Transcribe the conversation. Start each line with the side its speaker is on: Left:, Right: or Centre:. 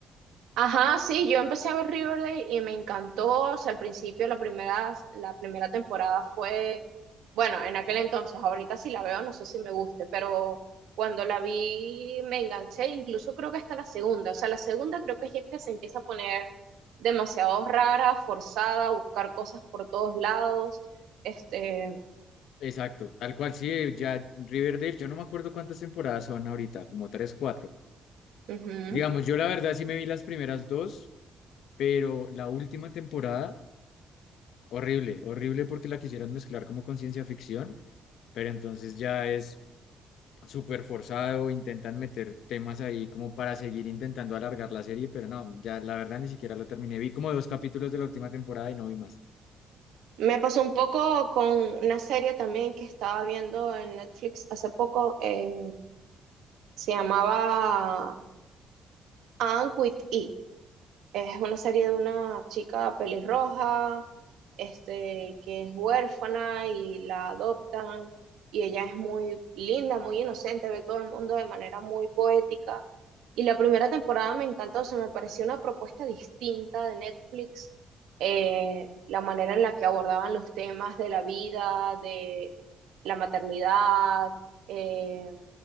Right: Ajá, sí, yo empecé a ver Riverdale y me encantó. O sea, al principio la primera, la primera temporada fue, bueno, en aquel entonces, ahorita si la veo no sé si me guste, pero cuando la vi me enganché, incluso creo que hasta la segunda. O sea, la segunda creo que es que se empieza a poner demasiado rara, forzada, a buscar cosas por todos lados. Este,
Left: Exacto, tal cual, sí, ya Riverdale, yo no me acuerdo cuántas temporadas son ahorita, como tres, cuatro.
Right: ujú.
Left: Digamos, yo la verdad sí me vi las primeras dos, pero la última temporada, horrible, horrible porque la quisieron mezclar como con ciencia ficción, pero entonces ya es súper forzado, intentan meter temas ahí como para seguir intentando alargar la serie, pero no, ya la verdad ni siquiera lo terminé. Vi como dos capítulos de la última temporada y no vi más.
Right: Me pasó un poco con una serie también que estaba viendo en Netflix hace poco. eh, Se llamaba Anne with E. Es una serie de una chica pelirroja, este, que es huérfana y la adoptan y ella es muy linda, muy inocente, ve todo el mundo de manera muy poética. Y la primera temporada me encantó, se me pareció una propuesta distinta de Netflix, eh, la manera en la que abordaban los temas de la vida, de la maternidad, eh,